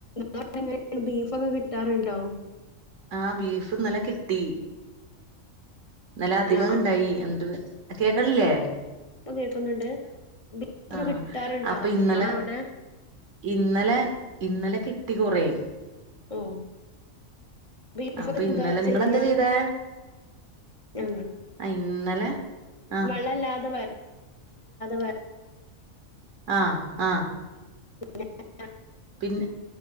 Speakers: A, on the left (about 30°); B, on the right (about 75°).
A: <unintelligible> ബീഫൊക്കെ കിട്ടാറുണ്ടോ?
B: ആഹ് ബീഫ്ന്നലെ കിട്ടി. ഇന്നലെ അധികം
A: ഹലോ
B: ഇണ്ടായി എന്നിട്ട് കേക്കനില്ലേ
A: ഇപ്പൊ കേക്കുന്നുണ്ട് <inaudible>
B: ആഹ്
A: കിട്ടാറുണ്ടോ
B: അപ്പൊ ഇന്നലെ
A: നീങ്ങളാ അവിടെ
B: ഇന്നലെ ഇന്നലെ കിട്ടി കുറയും
A: ഓ ബീഫ്
B: അപ്പൊ
A: ഓക്കേ
B: ഇന്നലെ
A: എന്താ
B: നിങ്ങളെന്താ
A: ചെയ്യാറ്
B: ചെയ്തേ
A: എ
B: ആ ഇന്നലെ ആ
A: വെള്ളല്ലാതെ വ
B: ആ ആ
A: <inaudible>
B: പിന്നെ